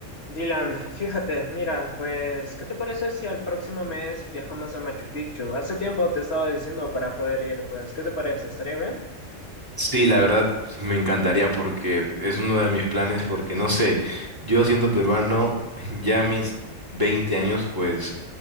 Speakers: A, on the left (about 50°); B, on the right (about 15°).
A: Dylan, fíjate, mira, pues, ¿qué te parece si al próximo mes viajamos a Machu Picchu? Hace tiempo te estaba diciendo para poder ir, pues, ¿qué te parece? ¿Estaría bien?
B: Sí, la verdad me encantaría porque es uno de mis planes porque no sé, yo siendo peruano <laughs> ya a mis 20 años pues